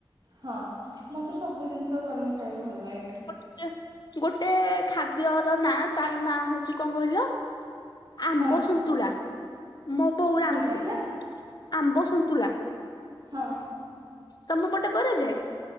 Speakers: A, on the right (about 50°); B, on the left (about 50°).
A: ହଁ। ମତେ ସବୁ ଜିନିଷ ଗରମ ଖାଇବାକୁ ଭଲ ଲାଗେ।
B: ଗୋଟେ ଗୋଟେ ଖାଦ୍ୟ ର ନାଁ ତାର ନାଁ ହଉଚି କଣ କହିଲ ଆମ୍ବ
A: କଣ
B: ସନ୍ତୁଳା, ମୋ ବୋଉ ରାନ୍ଧେ।
A: କଣ କହିଲା?
B: ଆମ୍ବ ସନ୍ତୁଳା।
A: ହଁ।
B: ତମ ପଟେ କରାଯାଏ?